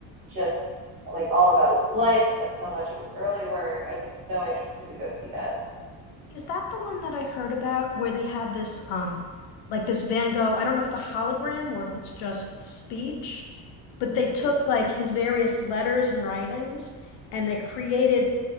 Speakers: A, on the right (about 50°); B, on the left (about 70°).
A: just like all about his life. It has so much of his early work. I'd be so interested to go see that.
B: Is that the one that I heard about where they have this um like this Van Gogh, I don't know if it's a hologram or if it's just speech, but
A: Mhm.
B: they took like his various letters and writings and they created,